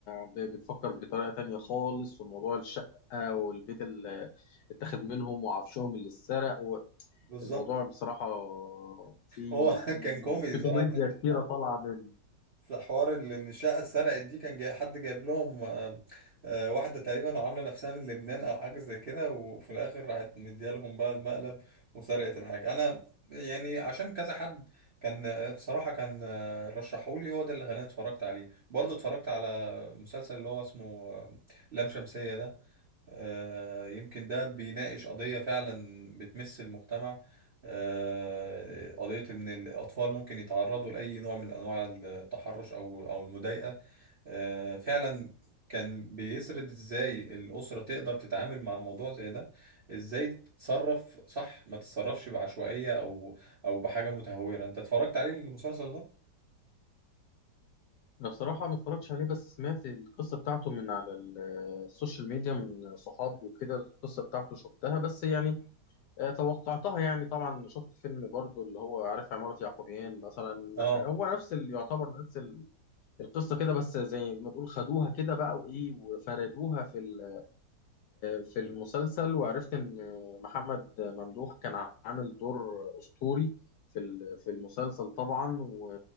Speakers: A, on the left; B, on the right.
A: ب- بتفكر بطريقه تانية خالص وموضوع الشقه والبيت اللي اتاخد منهم وعفشهم اللي اتسرق
B: بالظبط
A: الموضوع بصراحة في
B: هو <laughs> كان كوميدي
A: في
B: صراحه
A: كوميديا
B: في حته
A: كتيرة طالعة منه
B: في حوار اللي ان الشقه اتسرقت دي كان جاي حد جايب لهم آه، آه، واحده تقريبا وعامله نفسها من لبنان او حاجه زي كده وفي الاخر راحت مديالهم بقى المقلب وسرقت الحاجه انا يعني عشان كذا حد كان آه، بصراحه كان آه، رشحولي هو ده اللي خلاني اتفرجت عليه برضه اتفرجت على مسلسل اللي هو اسمه آه، لام شمسيه ده آه، يمكن ده بيناقش قضية فعلا بتمس المجتمع آه، قضية إن الأطفال ممكن يتعرضوا لأي نوع من أنواع التحرش أو أو المضايقة آه، فعلا كان بيسرد إزاي الأسرة تقدر تتعامل مع موضوع زي ده إزاي تتصرف صح ما تتصرفش بعشوائية أو أو بحاجة متهورة أنت اتفرجت عليه المسلسل ده؟
A: أنا بصراحة ما اتفرجتش عليه بس سمعت القصة بتاعته من على ال- السوشيال ميديا من صحابي وكده القصة بتاعته شفتها بس يعني آه، توقعتها يعني طبعا شفت فيلم برضو اللي هو عارف عمارة يعقوبيان مثلا
B: آه
A: هو نفس اللي يعتبر نفس ال- القصة كده بس زي ما تقول خدوها كده بقى وإيه وفردوها في ال في المسلسل وعرفت ان محمد ممدوح كان عامل دور اسطوري في ال- في المسلسل طبعا و-